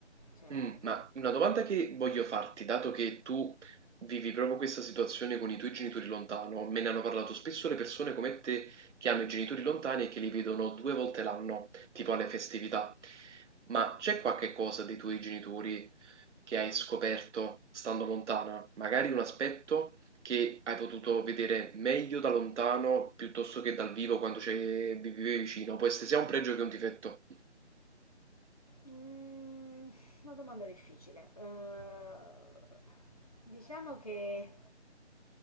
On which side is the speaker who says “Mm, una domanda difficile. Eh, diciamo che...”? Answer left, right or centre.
Left